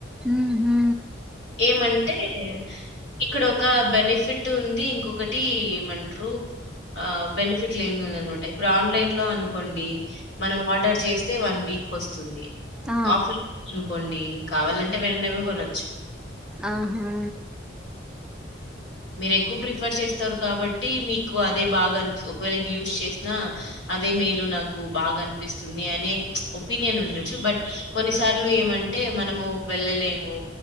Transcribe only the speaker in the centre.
ఉ హు
ఆ
ఆహా